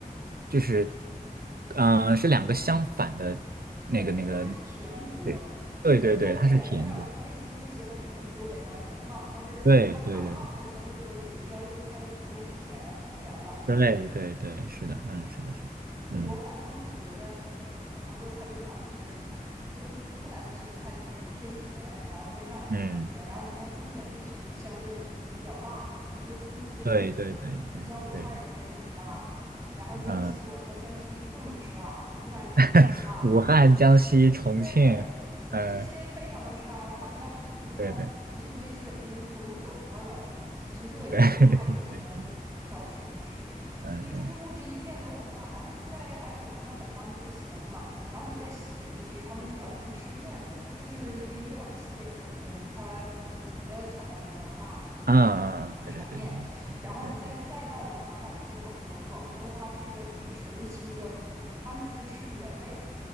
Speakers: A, on the right; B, on the right.
A: 就是，嗯、是两个相反的那个那个，
B: 对，它是甜多，
A: 对，对对对，
B: 就是但是它盐还有像味精这些，
A: 它是甜度，
B: 它肯定不如北方人能放，但是它糖放的相对多一些，
A: 对对对
B: 你就知道这个菜的主味是甜甜了。
A: 对对对对，是的，嗯，
B: 对，
A: 是的，是的，嗯
B: 我反正就觉得杭州菜就好，就是东东南地区的菜就是偏甜，然后偏上海地区偏甜，
A: 嗯，
B: 然后你像中原地区相对的就是比较辣。你比如说中部的这几个省，
A: 对对对对对对，
B: 你像武汉人贼能吃辣的吧，然后江西我知道江西更能吃辣，
A: 嗯，
B: 湖南人也能吃辣，
A: <laughs> 武汉、江西、重庆，
B: 对对，
A: 嗯、
B: 这些非常能吃辣。然后，那你到成都，那重庆这基本天天都是火锅了，
A: 对对
B: 都这种这是热油、
A: 对 <laughs> 对对对，
B: 辣油里边的挑食物吃，
A: 是的，嗯嗯
B: 所以就中部这一片都很辣。然后你再还有，你像北方就是咸嘛，然后你在西北地区，他们主要能吃面为主，这就是因为越往西边走，就是它呃米的产量没有那么大嘛，所以就是他们主要是产面。
A: 嗯嗯，啊对对
B: 然后你再再到南方，
A: 对对，
B: 还有一个广东，广东的话，这个是纯清蒸，他们就是吃原味，